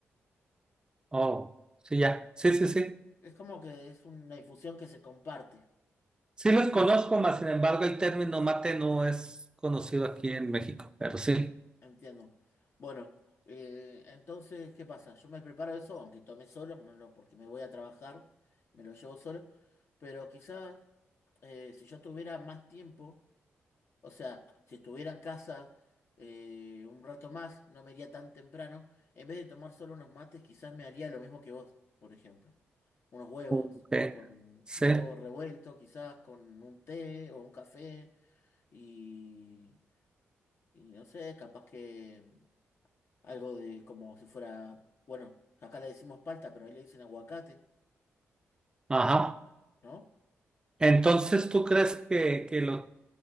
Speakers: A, on the right; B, on the left.
A: Oh, sí, ya. Sí, sí, sí.
B: Es como que es una infusión que se comparte.
A: Sí los conozco, mas sin embargo el término mate no es conocido aquí en México, pero sí.
B: Entiendo. Bueno, eh, entonces, ¿qué pasa? Yo me preparo eso, aunque tome solo, no lo- porque me voy a trabajar, me lo llevo solo, pero quizás eh, si yo tuviera más tiempo, o sea, si estuviera en casa eh, un rato más, no me iría tan temprano, en vez de tomar solo unos mates, quizás me haría lo mismo que vos, por ejemplo, unos huevos,
A: Ok.
B: con un
A: Sí.
B: huevo revuelto, quizás con un té o un café, y, y no sé, capaz que... Algo de como si fuera, bueno, acá le decimos palta, pero ahí le dicen aguacate,
A: Ajá.
B: ¿no?
A: Entonces, ¿tú crees que, que lo,